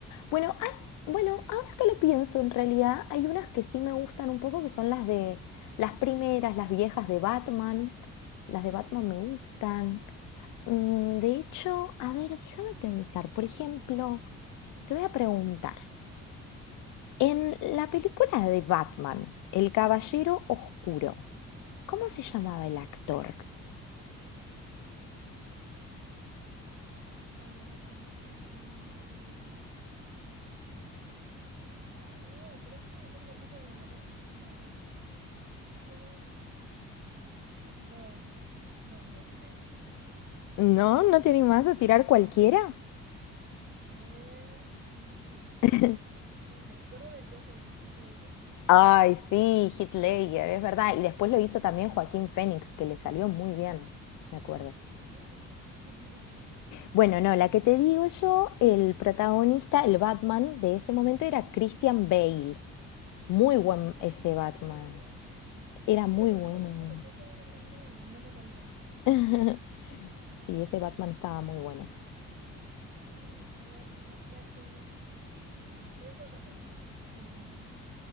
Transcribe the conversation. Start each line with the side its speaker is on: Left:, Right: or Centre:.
Left: Bueno, hay- bueno, ahora que lo pienso, en realidad hay unas que sí me gustan un poco, que son las de las primeras, las viejas de Batman. Las de Batman me gustan. Mm, de hecho, a ver, déjame pensar. Por ejemplo, te voy a preguntar, en la película de Batman, El Caballero Oscuro, ¿cómo se llamaba el actor?
Right: Ay, a ver. em, Ay, no, creo que lo tengo en la punta de la lengua. A ver, no, no. no. Es... No, no, me olvidé.
Left: ¿No? ¿No te animás a tirar cualquiera?
Right: A ver, mm,
Left: <laughs>
Right: me acuerdo del Joker de Heath Ledger.
Left: Ay, sí, Heath Ledger, es verdad. Y después lo hizo también Joaquín Phoenix, que le salió muy bien, me acuerdo.
Right: Sí, sí, sí, sí.
Left: Bueno, no, la que te digo yo, el protagonista, el Batman de ese momento era Christian Bale. Muy buen
Right: Ay,
Left: ese
Right: claro.
Left: Batman. Era
Right: Sí,
Left: muy
Right: lo tenía
Left: bueno.
Right: tipo en la punta de la lengua y no me salía.
Left: <laughs> Sí, ese Batman estaba muy bueno.
Right: Sí, a ver, no sé qué. A ver, te voy a hacer otra pregunta. Em,